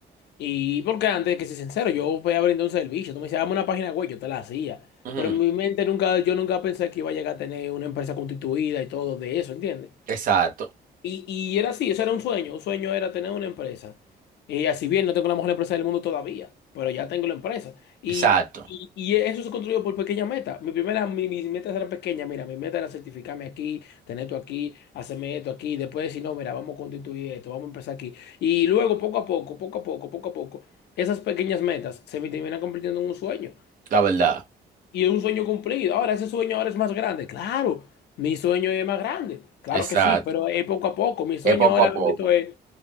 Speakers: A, on the left; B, on the right.
A: Y porque antes, que ser sincero, yo voy a brindar un servicio. Tú me decías, dame una página web, yo te la hacía.
B: ujú.
A: Pero en mi mente nunca, yo nunca pensé que iba a llegar a tener una empresa constituida y todo de eso, ¿entiendes?
B: Exacto,
A: Y, y era así, eso era un sueño. Un sueño era tener una empresa. Y así bien, no tengo la mejor empresa del mundo todavía, pero ya tengo la empresa. Y,
B: exacto,
A: y, y eso se construyó por pequeñas metas. Mi primera, mi- mis metas eran pequeñas. Mira, mi meta era certificarme aquí, tener esto aquí, hacerme esto aquí. Después decir, no, mira, vamos a constituir esto, vamos a empezar aquí. Y luego, poco a poco, poco a poco, poco a poco, esas pequeñas metas se me terminan convirtiendo en un sueño.
B: la verdad,
A: Y es un sueño cumplido. Ahora, ese sueño ahora es más grande. Claro, mi sueño es más grande. Claro
B: exacto.
A: que sí, pero es poco a poco. Mi sueño
B: Es poco
A: ahora
B: a poco.
A: mismo es,